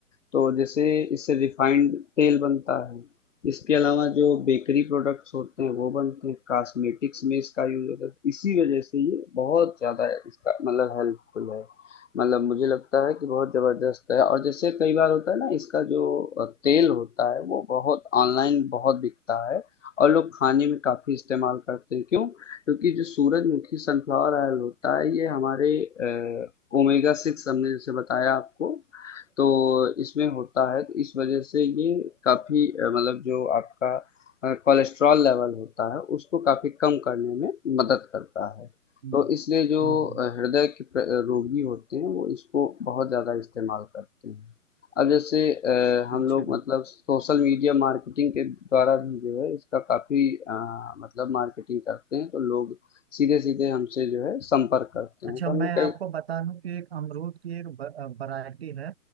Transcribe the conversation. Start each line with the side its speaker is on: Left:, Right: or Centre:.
Left: तो जैसे इससे रिफाइंड तेल बनता है इसके अलावा जो बेकरी प्रोडक्ट्स होते हैं वो बनते हैं कॉस्मेटिक्स में इसका यूज होता है तो इसी वजह से ये बहुत ज़्यादा इसका मतलब हेल्पफुल है मतलब मुझे लगता है कि बहुत ज़बरदस्त है और जैसे कई बार होता है ना इसका जो अ, तेल होता है वो बहुत ऑनलाइन बहुत बिकता है और लोग खाने में काफ़ी इस्तेमाल करते हैं क्यों क्योंकि जो सूरजमुखी सनफ्लावर ऑयल होता है ये हमारे ओमेगा सिक्स हमने जैसे बताया आपको तो इसमें होता है तो इस वजह से ये काफ़ी अ, मतलब जो आपका कोलेस्ट्रॉल लेवल होता है उसको काफ़ी कम करने में मदद करता है
Right: हम्म,
Left: तो इसलिए जो
Right: हम्म, हम्म,
Left: अ, हृदय के प्र- अ, रोगी होते हैं वो इसको बहुत ज़्यादा इस्तेमाल करते हैं अब जैसे अ, हम
Right: अच्छा
Left: लोग मतलब सोशल मीडिया मार्केटिंग के द्वारा भी जो है इसका काफ़ी मतलब मार्केटिंग करते हैं तो लोग सीधे सीधे हमसे जो है संपर्क करते हैं
Right: अच्छा
Left: तो हमने
Right: मैं
Left: कई
Right: आपको बता दूं कि एक अमरूद की एक वैरायटी है